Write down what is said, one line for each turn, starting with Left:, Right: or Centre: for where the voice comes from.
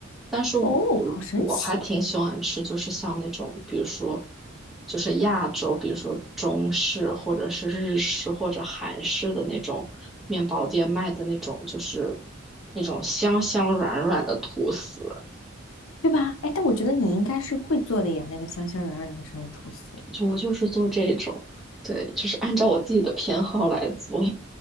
Centre: 但是我我我还挺喜欢吃，
Left: 哦，好神奇！
Centre: 就是像那种，比如说，就是亚洲，比如说中式或者是日式或者韩式的那种面包店卖的那种，就是那种香香软软的吐司。
Left: 对吧？哎，但我觉得你应该是会做的呀，那个香香软软的什么吐司，
Centre: 就我就是做这种，对，就是按照我自己的偏好来做。